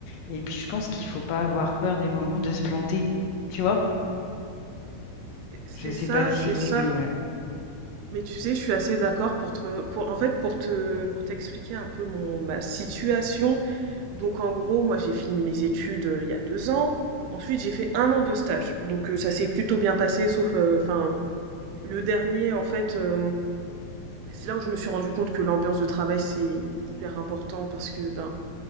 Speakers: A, on the left; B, on the right.
A: Et puis, je pense qu'il faut pas avoir peur des moments de se planter. Tu vois?
B: C'est c'est
A: Je sais
B: ça,
A: pas si...
B: c'est ça.
A: ouais.
B: Mais tu sais, je suis assez d'accord pour te, pour, en fait, pour te, pour t'expliquer un peu mon, ma situation. Donc, en gros, moi, j'ai fini mes études euh, il y a deux ans. Ensuite, j'ai fait un an de stage. Donc, euh, ça s'est plutôt bien passé, sauf, enfin, le dernier, en fait, euh, c'est là où je me suis rendu compte que l'ambiance de travail, c'est hyper important parce que, ben,